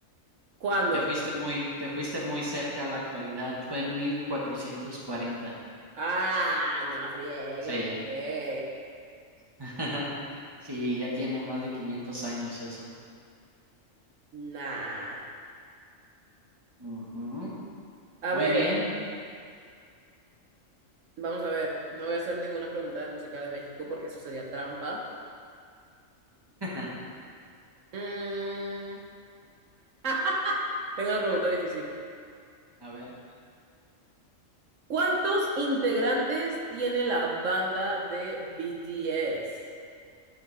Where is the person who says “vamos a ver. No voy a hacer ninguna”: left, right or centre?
Right